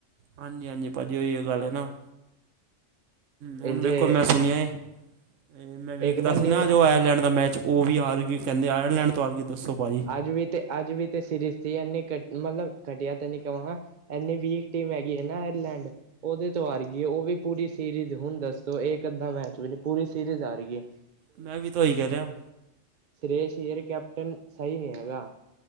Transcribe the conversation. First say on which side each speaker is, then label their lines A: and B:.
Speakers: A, on the right; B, on the right.
A: ਹਾਂਜੀ-ਹਾਂਜੀ ਭਾਜੀ ਉਹੀਓ ਗੱਲ ਹੈ ਨਾ।
B: ਇਹ
A: ਹੁਣ
B: ਜੇ
A: ਵੇਖੋ ਮੈਂ ਸੁਣਿਆ ਏ ਮੈਂ ਵੇਖਦਾ
B: ਇੱਕ
A: ਸੀ
B: ਨਿਊ
A: ਨਾ ਜੋ ਆਇਰਲੈਂਡ ਦਾ ਮੈਚ ਉਹ ਵੀ ਹਾਰ ਗੀ ਕਹਿੰਦੇ ਆਇਰਲੈਂਡ ਤੋ ਹਾਰ ਗੀ ਦੱਸੋ। ਭਾਜੀ
B: ਅੱਜ ਵੀ ਤੇ ਅੱਜ ਵੀ ਤੇ ਸੀਰੀਜ਼ ਇਨੀ ਘੱਟ ਮਤਲਬ ਘਟੀਆ ਤੇ ਨੀ ਕਵਾਂਗਾ। ਇੰਨੀ ਵੀਕ ਟੀਮ ਹੈਗੀ ਹੈ ਨਾ ਆਇਲੈਂਡ। ਉਦੇ ਤੋ ਹਾਰ ਗੀ ਏ ਉਹ ਵੀ ਪੂਰੀ ਸੀਰੀਜ਼ ਹੁਣ ਦੱਸੋ ਇਹ ਅੱਧਾਂ ਮੈਚ ਵੀ ਨ ਪੂਰੀ ਸੀਰੀਜ਼ ਹਾਰ ਗਈ ਏ।
A: ਮੈਂ ਵੀ ਤਾਂ ਉਹੀ ਕਹਿ ਰਿਹਾ।
B: ਸੁਰੇਸ਼ ਏਅਰ ਕੈਪਟਨ ਸਹੀ ਨੀ ਹੈਗਾ